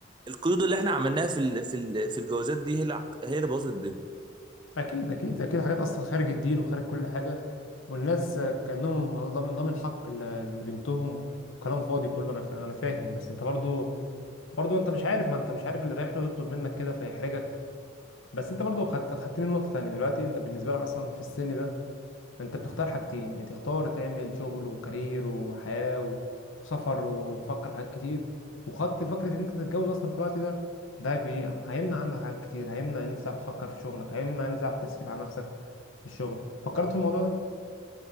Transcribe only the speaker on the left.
أكيد أكيد أكيد حاجات أصلا خارج الدين وخارج كل حاجة والناس كأنهم ضامن ضامن حق ل- لبنتهم كلام فاضي كله أنا فا- أنا فاهم بس أنت برضو برضو أنت مش عارف ما أنت مش عارف اللي رايح له يطلب منك كده فيحرجك بس أنت برضو خدت خدتني نقطة تانية دلوقتي أنت بالنسبة لك أصلا في السن ده انت بتختار حاجتين يا تختار تعمل شغل وكارير وحياة و- وسفر وتفكر في حاجات كتير وخط فكرة ان انت تتجوز اصلا في الوقت ده ده بي... هيمنع عنك حاجات كتير هيمنع ان انت تعرف تفكر في شغلك هيمنع ان انت تعرف تصرف على نفسك في الشغل فكرت في الموضوع ده